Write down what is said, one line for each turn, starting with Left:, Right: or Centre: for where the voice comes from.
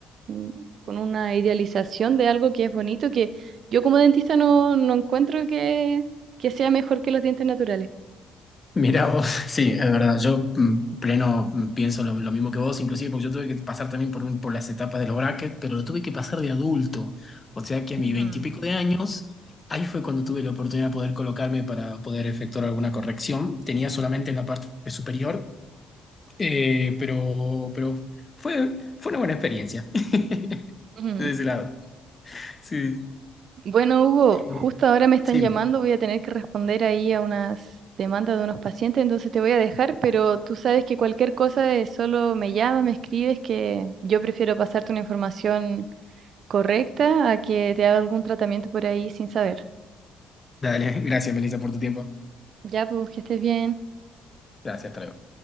Right: un- con una idealización de algo que es bonito, que yo como dentista no, no encuentro que, que sea mejor que los dientes naturales.
Left: Mirá vos, <laughs> sí, es verdad, yo mm, pleno mm, pienso lo, lo mismo que vos, inclusive porque yo tuve que pasar también por, un- por las etapas de los brackets, pero lo tuve que pasar de adulto, o sea que a
Right: Ujú.
Left: mis veintipico de años, ahí fue cuando tuve la oportunidad de poder colocarme para poder efectuar alguna corrección, tenía solamente en la parte superior, eh, pero, pero fue, fue una buena experiencia, <laughs>
Right: Ujú.
Left: de ese lado. Sí,
Right: Bueno, Hugo,
Left: eh,
Right: justo ahora me están
Left: sí,
Right: llamando, voy a tener que responder ahí a unas demandas de unos pacientes, entonces te voy a dejar, pero tú sabes que cualquier cosa es solo me llamas, me escribes, que yo prefiero pasarte una información correcta a que te haga algún tratamiento por ahí sin saber.
Left: dale, gracias Melissa por tu tiempo,
Right: Ya, pues que estés bien.
Left: gracias, hasta luego.